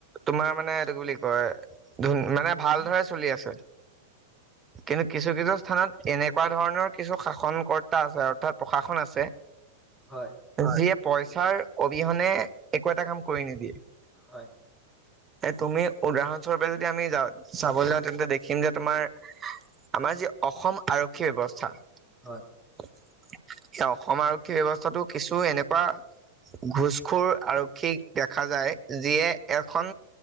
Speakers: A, on the right (about 25°); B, in the centre.
A: তোমাৰ মানে এই বুলি কয়। ধুন মানে ভালদৰে চলি আছে। কিন্তু কিছু কিছু স্থানত এনেকুৱা ধৰণৰ কিছু শাসন কৰ্তা আছে অৰ্থাৎ প্ৰশাসন আছে।
B: হয়,
A: যিয়ে পইচাৰ অবিহনে একো এটা কাম কৰি নিদিয়ে।
B: হয়,
A: তুমি উদাহৰণস্বৰূপে যদি আমি য চাবলৈ যাওঁ তেন্তে দেখিম যে তোমাৰ আমাৰ যি অসম আৰক্ষী ব্যৱস্থা
B: হয়।
A: <unintelligible> এ অসম আৰক্ষী ব্যৱস্থাটো কিছু এনেকুৱা ঘোচখোৰ আৰক্ষীক দেখা দেখা যায়, যিয়ে এখন